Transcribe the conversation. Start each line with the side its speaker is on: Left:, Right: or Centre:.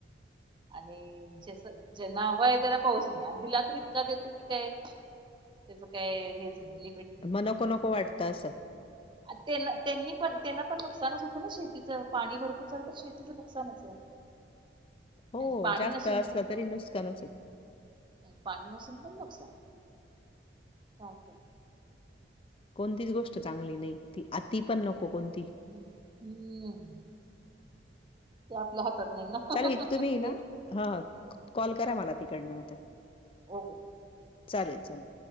Right: आणि जस ज्यांना हवा आहे त्यांना पाऊस नाही आणि दिला तर इतका देतो की काय त्याचं काय हेच नाही लिमिट. नाही
Left: नको नको वाटत असं.
Right: त्येनं त्यांनी पण त्यांन पण नुकसानच होतं ना शेतीचं पाणी भरपूर झालं तर शेतीचं नुकसानच आहे.
Left: हो
Right: आणि पाणी
Left: जास्त
Right: नसून
Left: असलं तरी नुसकानच ये.
Right: पाणी नसेल पण नुकसान. चालतंय.
Left: कोणतीच गोष्ट चांगली नाही ती आति पण नको कोण
Right: हम हम्म. ते आपल्या हातात नाही ना
Left: चालेल तुम्हीयं
Right: ते
Left: ना हां कॉल करा मला तिकडनं आता.
Right: हो
Left: चालेल चालेल.